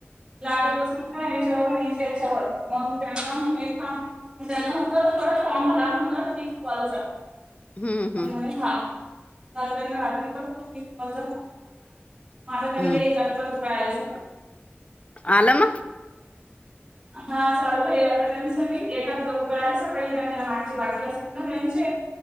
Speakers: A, on the right; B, on the left.
A: लाड बसून याच्यावर याच्यावरत मग त्यांना हे त्याच्यानंतर तु शॉरांतर तीस कल
B: हम्म हम्म
A: म्ह छान त्यांना रात्रीॉ माझ त्यां
B: हम्म
A: कायच
B: आलम
A: हा चालू आहे आता त्यांनी सगळी एका दो वेळा सकाळी त्यांला मागची बाकी असते ना त्यांचे